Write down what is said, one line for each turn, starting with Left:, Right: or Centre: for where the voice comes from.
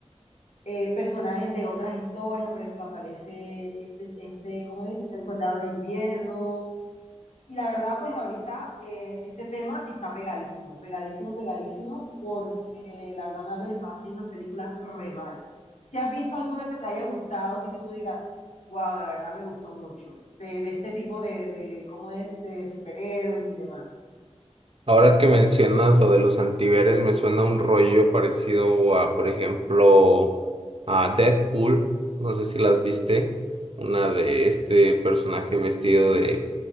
Left: eh, personajes de otras historias, por ejemplo, aparece este, este, ¿cómo es? El soldado de invierno, y la verdad, pues ahorita eh, este tema está pegadísimo, pegadísimo, pegadísimo, porque la verdad Marvel estaba haciendo unas películas re malas. Si has visto alguna que te haya gustado, así que tú digas, wow, la verdad me gustó mucho, de, de este tipo de, de, ¿cómo es?, de superhéroes y demás.
Right: Ahora que mencionas lo de los antihéroes, me suena un rollo parecido a, por ejemplo, a Deathpool. No sé si las viste. Una de este personaje vestido de,